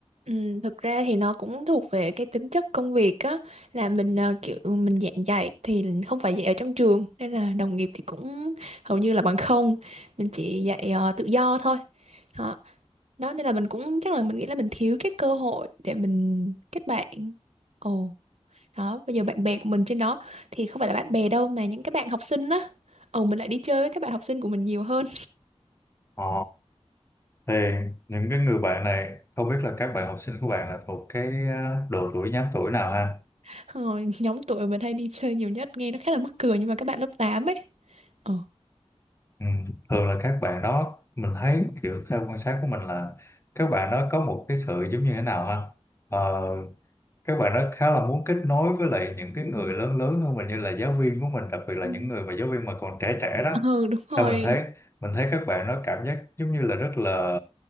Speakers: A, on the right; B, on the left.
A: Ừ, thực ra thì nó cũng thuộc về cái tính chất công việc á là mình ờ, kiểu mình giảng dạy thì không phải dạy ở trong trường nên là đồng nghiệp thì cũng hầu như là bằng không mình chỉ dạy ờ, tự do thôi đó. đó nên là mình cũng chắc là mình nghĩ là mình thiếu cái cơ hội để mình kết bạn ồ đó bây giờ bạn bè của mình trên đó thì không phải là bạn bè đâu mà những cái bạn học sinh á ồ mình lại đi chơi với các bạn học sinh của mình nhiều hơn
B: Ờ, thì những cái người bạn này không biết là các bạn học sinh của bạn là thuộc cái ờ, độ tuổi nhóm tuổi nào ha?
A: <laughs> ờ, nhóm tuổi mình hay đi chơi nhiều nhất nghe nó khá là mắc cười nhưng mà các bạn lớp tám ấy ờ
B: Ừ. Thường là các bạn đó mình thấy kiểu theo quan sát của mình là các bạn đó có một cái sự giống như thế nào ha? Ờ, các bạn đó khá là muốn kết nối với lại những cái người lớn lớn hơn mình như là giáo viên của mình đặc biệt là
A: Ừ.
B: những người mà giáo viên mà còn trẻ trẻ đó
A: ừ đúng
B: sao
A: rồi
B: mình thấy mình thấy các bạn nó cảm giác giống như là rất là